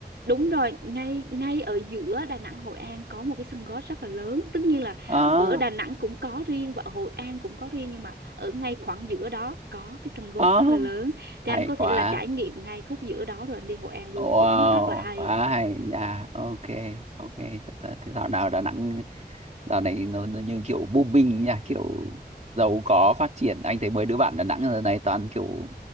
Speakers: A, on the right; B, on the right.
A: đúng rồi, ngay ngay ở giữa Đà Nẵng Hội An có một cái sân golf rất là lớn. Tất nhiên là
B: ờ
A: ở Đà Nẵng cũng có riêng và ở Hội An cũng có riêng nhưng mà ở ngay khoảng giữa đó có cái sân golf
B: ờ
A: rất là lớn. Thì
B: hay
A: anh có
B: quá
A: thể là trải nghiệm ngay khúc giữa đó rồi anh đi Hội An luôn
B: wow
A: cũng rất là hay.
B: quá hay nha ok ok thật là thế dạo nào Đà Nẵng dạo này nó, nó như kiểu booming nha kiểu giàu có phát triển anh thấy mấy đứa bạn Đà Nẵng giờ này toàn kiểu